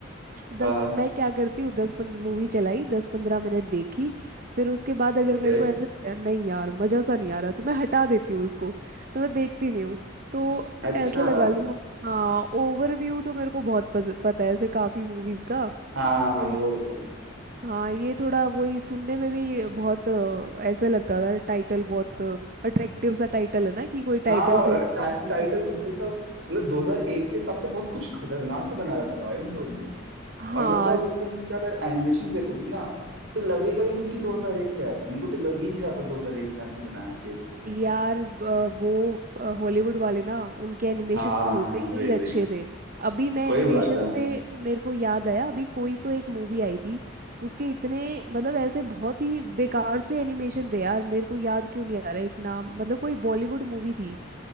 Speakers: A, on the right (about 45°); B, on the right (about 60°).
A: दस
B: हाँ हाँ
A: मैं क्या करती हूँ दस पन मूवी चलाई दस पंद्रह मिनट देखी फिर उसके बाद अगर
B: ओके
A: मेरे को ऐसा लगा नहीं यार मज़ा सा नहीं आ रहा तो मैं हटा देती हूँ उसको तो मैं देखती नहीं हूँ तो
B: अच्छा
A: ऐसे लगा लूँ हाँ ओवरव्यू तो मेरे को बहुत पस, पता है ऐसे काफ़ी मूवीज़ का
B: हाँ हाँ हाँ,
A: और ये-
B: वो होता है
A: हाँ ये थोड़ा वही सुनने में भी बहुत अ, ऐसा लगता था टाइटल बहुत अट्रैक्टिव सा टाइटल है ना कि कोई
B: हाँ
A: टाइटल से ही
B: टा,
A: मूवी देख
B: टाइटल
A: ले
B: तो भाई साहब मतलब 2001 के हिसाब से बहुत कुछ खतरनाक ही बना रखा था भाई उन लोगों ने
A: हाँ
B: और मतलब तुम क्या अगर एनिमेशन देखोगी ना तो लगेगा ही नहीं कि 2001 का है मेरे को तो लग ही नहीं रहा था 2001 में ऐसी बना रखी है
A: यार अ, वो हॉलीवुड वाले ना उनके एनिमेशंस
B: हाँ हाँ, हाँ,
A: होते
B: हाँ, वही
A: ही अच्छे
B: वही
A: थे अभी मैं
B: वही
A: एनिमेशन
B: बात है
A: से मेरे को याद आया अभी कोई तो एक मूवी आई थी उसके इतने मतलब ऐसे बहुत ही बेकार से एनिमेशन थे यार मेरे को याद क्यों नहीं आ रहा एक नाम मतलब कोई बॉलीवुड मूवी थी